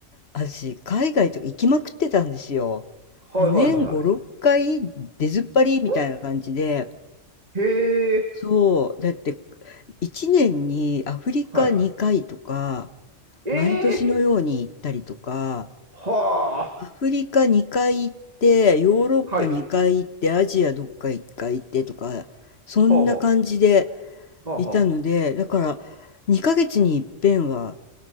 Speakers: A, on the left (about 55°); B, on the right (about 30°).
A: 私、海外とか行きまくってたんですよ。
B: はい。
A: もう年5、
B: はいはいはい。
A: 6回出ずっぱりみたいな感じで、
B: そんへえ。
A: そう、だって1年にアフリカ2回とか、
B: はい。ええ
A: 毎年のように行ったりとか、
B: はあ。
A: アフリカ2回行って、ヨーロッパ2回行って、
B: はい。
A: アジアどっか1回行ってとか、そんな感じで
B: ほうほうはあはあ。
A: いたので、だから2ヶ月に一遍は、